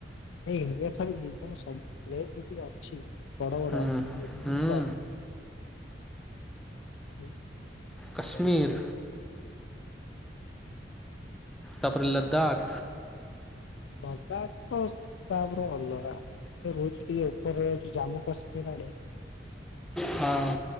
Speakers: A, on the left (about 85°); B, in the centre.
A: ଏ ଇଣ୍ଡିଆ ଠାରୁ ବିଭିନ୍ନ ସବୁ ପ୍ଲେସ ଯେତି ଅଛି ବଡ଼ ବଡ଼
B: ହୁଁ
A: <inaudible>
B: ହୁଁ
A: ଉଁ
B: କାଶ୍ମୀର
A: ହାଲୋ।
B: ତାପରେ
A: ଏସବୁ
B: ଲଦାଖ
A: ଲଦା ଅସ୍ ତାପରେ ଅଲଗା ଏ ରହୁଚି ଟିକେ ଉପରେ ସେ ଜାମ୍ମୁ କାଶ୍ମୀର ଆଡ଼େ।
B: ହଁ